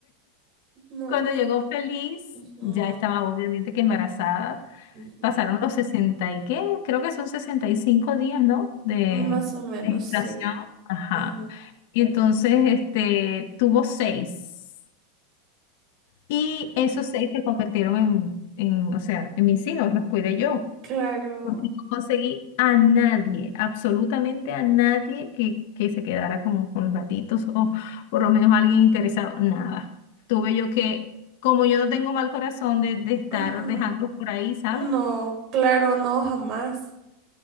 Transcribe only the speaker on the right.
no.
ujú,
ujú,
Más o menos,
sí.
Ajá.
Claro.
Ajá.
No, claro, no, jamás.